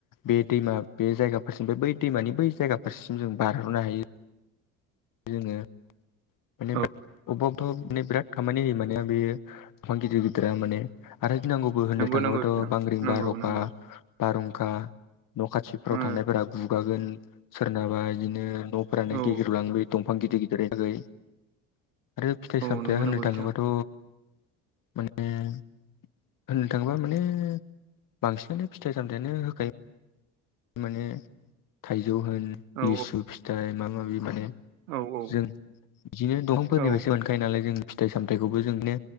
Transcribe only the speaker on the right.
औ
नंगौ
नंगौ बिथां
नंगौ
नंगौ
ओ
औ
औ
नंगौ
नंगौ बिथां
औ
औ औ
औ